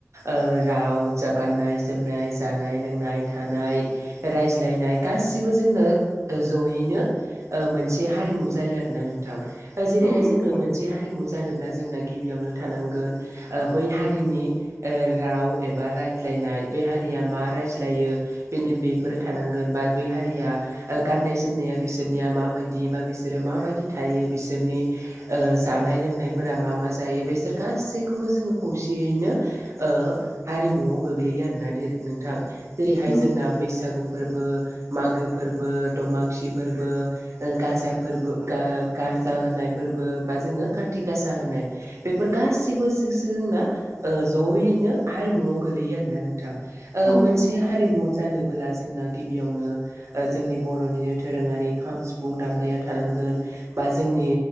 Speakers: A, on the right (about 70°); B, on the left (about 35°).
A: ओ राव जा गाननाय जोमनाय जानाय लोंनाय थानाय रायज्लायनाय गासिबो जोंनो ओ जयैनो मोनसे हारिमु जायो आरोना नोंथां ओ जेरैहाय
B: औ नंगौ
A: जोंनो
B: औ
A: मो नसे हारिमु जानोब्ला जोंना गिबियावनो थानांगोन बै हारिनि ओ राव एबा रायज्लायनाय बे हारिया मा रायज्लायो बिनि बेफोर थानांगोन बा बै हारिया ओ गाननाय जोमनाया बिसोरनिया माबायदि बा बिसोरो माबायदि थायो बिसोरनि ओ जानाय लोंनायफोरा मा मा जायो बेसोर गासैखौबो जोङो खौसेयैनो ओ हारिमुआव गोग्लैयो आरोना बे नोंथां जेरैहाय
B: नंगौ
A: जोंना बैसागु फोरबो मागो फोरबो दमांसि फोरबो ओ गाजा फोरबो गा गारजा होनाय फोरबो बा जोङो काति गासा होनाय बेफोर गासिबोसो जोंना ओ जयैनो हारिमुआव गोलैयो आरोना नोंथां ओ
B: औ
A: मोनसे
B: नंगौ औ
A: हारिमु जानोबोला जोंना गिबियावनो ओ जोंनि बर'निनो दोरोङारि खाम सिफुं दामनाया थानांगोन बा जोंनि